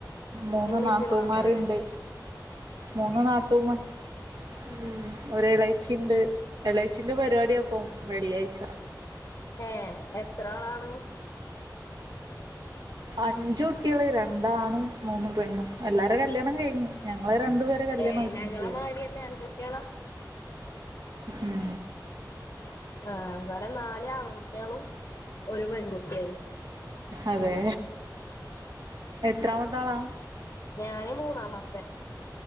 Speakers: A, on the right; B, on the left.
A: മൂന്ന്
B: ഇമ്മീം
A: നാത്തൂമാരുണ്ട്
B: ഇപ്പീം മാത്രല്ലേ
A: മൂന്ന് നാത്തൂമാർ ഉം ഒരു ഇളേച്ചിണ്ട് ഇളേച്ചിന്റെ പരിപാടിയപ്പം വെള്ളിയാഴ്ച
B: ഏ എത്ര ആളാണ്
A: അഞ്ചു കുട്ടികള് രണ്ടാണും മൂന്നും പെണ്ണും എല്ലാരും കല്യാണം കഴിഞ്ഞ് ഞ അവെ രണ്ടുപേരെ കല്യാണം
B: ഏഹ്
A: ഒര്മിച്
B: ഞങ്ങളെ
A: കയിഞ്ഞു
B: മാരിന്നെ അഞ്ചുട്ട്യാളാ
A: ഉ
B: ആഹ ഇവിടെ നാല് ആൺകുട്ടികളും ഒരു പെൺകുട്ടിം
A: അതെ എത്രാമത്താളാ?
B: ഞാന് മൂന്നാമത്തെ